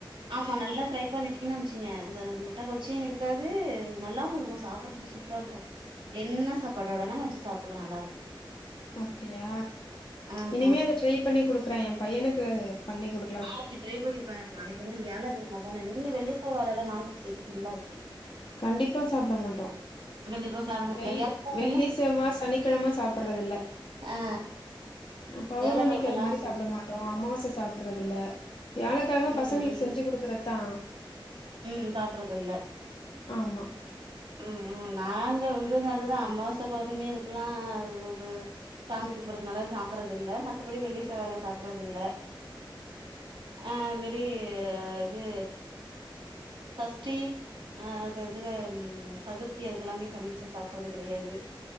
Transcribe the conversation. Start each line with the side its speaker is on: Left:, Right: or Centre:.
Right: ஆமா நல்லா ஃப்ரை பண்ணிட்டீங்கன்னு வச்சீங்க இந்த முட்டக் கவுச்சியு இருக்காது நல்லாவு இருக்கோ சாப்புறதுக்கு சூப் ப்ரா இருக்கோ என்ன சாப்பாட்டோடனா வச்சு சாப்புல்லா நல்லா இருக்கு
Left: அப்டியா
Right: ஆமா
Left: இனிமே அது ட்ரை பண்ணி குடுக்குற என் பையனுக்கு பண்ணிக் குடுக்கலா
Right: இன்னிக்கு ட்ரை பண்ணி பாருங்க நாளைக்குன்ன வியாழக் கெழம தான நீங்க வெள்ளி செவ்வாலல்லா நான்வெஜ் சேத்துக்குவீங்ளா எப்டி
Left: கண்டிப்பா சாப்ட மாட்டோ
Right: கண்டிப்பா சாப்ட மாட்டே
Left: வெள்
Right: வியாழக்கிழமைல
Left: வெள்ளி செவ்வா சனிக்கெழம சாப்புறதில்ல
Right: ஆ
Left: அ பௌர்ணமிக்கு
Right: வியாழக்கிழமலா
Left: அது மாரி
Right: சேத்து
Left: சாப்ட மா ட்டோ அமாவாச சாப்புறதுல்ல வியாழக்கெழம
Right: ம்
Left: பசங்ளுக்கு
Right: ம்
Left: செஞ்சு குடுக்கறதா
Right: ம் சாப்புறதுல்ல
Left: ஆமா
Right: ம் ம் நாங்க வந்து அதுதா அம்மாவாச பௌர்ணமி அதுக்கல்லா ஒரு சாமி கும்பறதுனால அது சாப்புறதுல்ல மத்தப்படி வெள்ளி செவ்வால்ல சாப்புறதுல்ல அ அந் மாரி இது சஷ்டி அ அது இதுல சதுர்த்தி அதுக்கெல்லாமே சமச்சி சாப்புறது கெடயாது